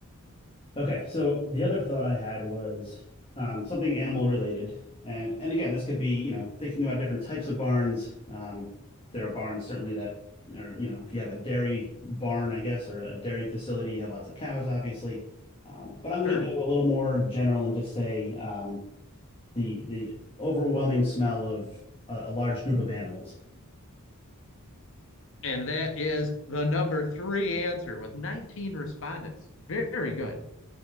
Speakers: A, on the left; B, on the left.
A: Okay, so the other thought I had was um, something animal related, and and again, this could be you know thinking about different types of barns. Um, there are barns certainly that are you know if you have a dairy barn, I guess, or a dairy facility, you have lots of cows, obviously. Um, but I'm going
B: Sure.
A: to go a little more general and just say um, the the overwhelming smell of a, a large group of animals.
B: And that is the number three answer with 19 respondents. Very good.